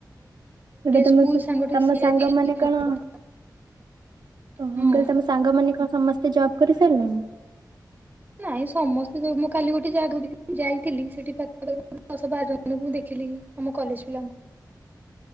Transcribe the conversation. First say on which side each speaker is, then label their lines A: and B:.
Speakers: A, on the right; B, on the right.
A: ଏବେ ତମ
B: ସ୍କୁଲ
A: ସ୍
B: ସାଙ୍ଗଟେ
A: ତମ
B: ସିଏ
A: ସାଙ୍ଗ
B: ଆଜି
A: ମାନ
B: ଫୋନ
A: କଣ
B: କରିଥିଲା।
A: ଓ
B: ହଁ
A: ମୁ କହିଲି ତମ ସାଙ୍ଗ ମାନେ କଣ ସମସ୍ତେ ଜବ୍ କରି ସାରିଲେଣି?
B: ନାଇଁ ସମସ୍ତେ ଯୋଉ ମୁଁ କାଲି ଗୋଟେ ଜାଗା କୁ ଯାଇଥିଲି, ସେଠି ପାଖ ଦଶ, ବାରଜଣଙ୍କୁ ଦେଖିଲି, ଆମ କଲେଜ ପିଲାଙ୍କୁ।
A: <inaudible>